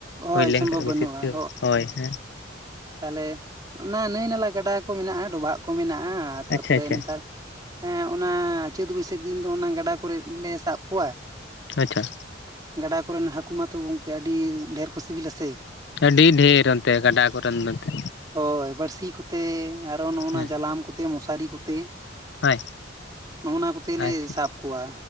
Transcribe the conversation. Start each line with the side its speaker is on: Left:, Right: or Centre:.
Right: ᱦᱳᱭ
Left: ᱦᱩᱭ ᱞᱮᱱᱠᱷᱟᱱᱡ
Right: ᱥᱚᱢᱵᱷᱚᱵ ᱵᱟᱹᱱᱩᱜᱼᱟ
Left: ᱵᱮᱥᱤ ᱠᱤᱪᱷᱩ ᱦᱳᱭ ᱦᱮᱸ
Right: ᱛᱟᱦᱚᱞᱮ ᱚᱱᱟ ᱱᱟᱹᱭ ᱱᱟᱞᱟ, ᱜᱟᱰᱟ ᱠᱚ ᱢᱮᱱᱟᱜᱼᱟ, ᱰᱚᱵᱷᱟᱜ ᱠᱚ ᱢᱮᱱᱟᱜᱼᱟ ᱛᱟᱨᱯᱚᱨᱮ
Left: ᱟᱪᱪᱷᱟ ᱟᱪᱪᱷᱟ
Right: ᱱᱮᱛᱟᱨ ᱦᱮᱸ ᱚᱱᱟ ᱪᱟᱹᱛ ᱵᱟᱹᱭᱥᱟᱹᱠᱷ ᱫᱤᱱ ᱫᱚ ᱚᱱᱟ ᱜᱟᱰᱟ ᱠᱚᱨᱮ ᱞᱮ ᱥᱟᱵ ᱠᱚᱣᱟ
Left: ᱟᱪᱪᱷᱟ
Right: ᱜᱟᱰᱟ ᱠᱚᱨᱮᱱ ᱦᱟᱹᱠᱩ ᱢᱟᱛᱚ ᱜᱚᱝᱠᱮ ᱟᱹᱰᱤ ᱰᱷᱮᱨ ᱠᱚ ᱥᱤᱵᱤᱞᱟ ᱥᱮ
Left: ᱟᱹᱰᱤ ᱰᱷᱮᱨ ᱚᱱᱛᱮ ᱜᱟᱰᱟ ᱠᱚᱨᱮᱱ ᱫᱚ ᱮᱱᱛᱮ
Right: ᱦᱳᱭ ᱵᱟᱲᱥᱤ ᱠᱚᱛᱮ ᱟᱨᱚ ᱱᱚᱜ
Left: ᱦᱮᱸ
Right: ᱱᱟ ᱡᱟᱞᱟᱢ ᱠᱚᱛᱮ, ᱢᱚᱥᱟᱨᱤ ᱠᱚᱛᱮ
Left: ᱦᱳᱭ
Right: ᱱᱚᱜ-ᱱᱟ ᱠᱚᱛᱮ
Left: ᱟᱪᱪᱷᱟ
Right: ᱞᱮ ᱥᱟᱵ ᱠᱚᱣᱟ